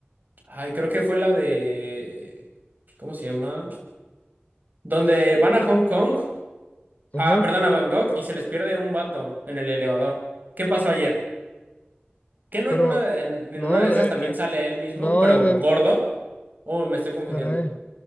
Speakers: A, on the right; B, on the left.
A: Ay, creo que fue la de... ¿Cómo se llama? Donde van a Hong Kong,
B: Ajá.
A: ah, perdón, a Bangkok y se les pierde un vato en el elevador. ¿Qué pasó ayer? ¿Que no
B: Pero,
A: en una de, en en
B: no,
A: una de esas
B: eh,
A: también
B: eh,
A: sale él mismo,
B: no,
A: pero
B: el,
A: gordo?
B: el-
A: ¿O me estoy confundiendo?
B: caray.